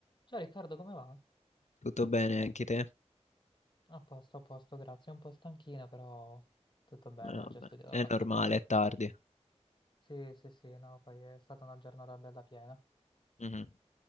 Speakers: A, on the left; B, on the left.
A: Ciao Riccardo, come va?
B: Tutto bene anche te? Eh,
A: A posto, a posto, grazie. Un po' stanchino, però tutto bene,
B: vabbè,
A: oggi ho studiato
B: È
A: abbastanza.
B: normale, è tardi.
A: Sì, sì, sì, no, poi è stata una giornata bella piena,
B: Mhm,